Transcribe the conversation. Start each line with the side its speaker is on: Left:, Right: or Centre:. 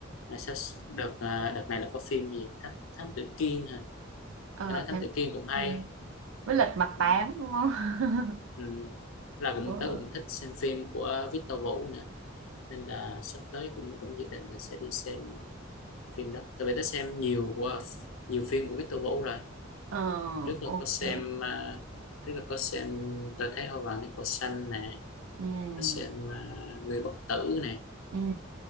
Left: Nói sách đợt à, đợt này là có phim gì thám thám tử Kiên hả
Right: ờ
Left: nghe nói thám
Right: thám
Left: tử Kiên cũng hay
Right: thiên với lật mặt
Left: ừ.
Right: tám đúng không <laughs>
Left: Ừ. là cũng
Right: đúng rồi
Left: tớ cũng thích xem phim của Victor Vũ nữa nên là sắp tới cũng cũng dự định là sẽ đi xem phim đó tại vì tớ xem nhiều qua nhiều phim của Victor Vũ rồi
Right: ờ
Left: trước là
Right: ok
Left: có xem à, trước là có xem tôi thấy hoa vàng trên cỏ xanh nè
Right: ừ
Left: có xem à, người bất tử nè
Right: ừ